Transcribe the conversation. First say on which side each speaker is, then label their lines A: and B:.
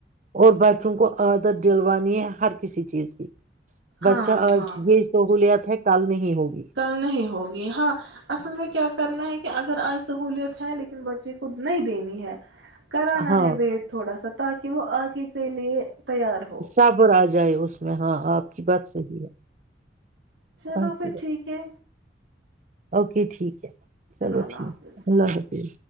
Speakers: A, on the right; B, on the right.
A: اور بچوں کو عادت دلوانی ہے ہر کسی چیز کی بچہ
B: ہاں
A: آج
B: ہاں
A: یہ سہولیات ہے کل نہیں ہوگی
B: گل نہیں ہوگی ہاں اصل میں کیا کرنا ہے کہ اگر آج سہوولت ہے لیکن بچے کو نہیں دینی ہے کران
A: ہاں
B: ہے ویٹ تھوڑا سا تاکہ وہ آگے کے لیے تیار ہو
A: سبراج جائے اس میں ہاں آپ کی بات صحیح ہے
B: چلو
A: آپ
B: پھر
A: کی بات
B: ٹھیک ہے
A: اوکے ٹھیک چلو
B: اللہ
A: ٹھیک
B: حافظ
A: اللہ حافظ